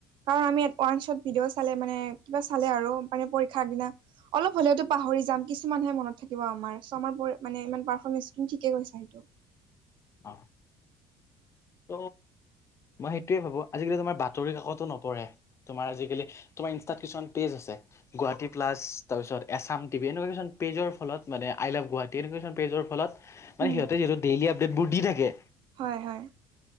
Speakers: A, on the right; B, on the left.
A: কাৰণ আমি ইয়াত ওৱান শ্বট ভিডিঅ' চালে মানে কিবা চালে আৰু মানে পৰীক্ষাৰ আগ দিনা হলেতো পাহৰি যাম কিছুমানহে মনত থাকিব আমাৰ, চ' আমাৰ মানে ইমান পাৰফৰ্মেঞ্চ ঠিকে কৈছ সেইটো।
B: অ ত মই সেইটোৱে ভাবোঁ, আজিকালি তোমাৰ বাতৰি কাকতো নপঢ়ে? তোমাৰ আজিকালি তোমাৰ ইনষ্টাত কিছুমান পেজ আছে। গুৱাহাটী প্লাছ তাৰ পিছত এছাম টিভি এনেকুৱাই কিছুমান পেজৰ ফলত মানে আই লাভ গুৱাহাটী এনেকুৱাখন পেজৰ ফলত মানে
A: উম
B: সিহঁতে যিহেতু ডেইলি আপডেটবোৰ দি থাকে।
A: হয় হয়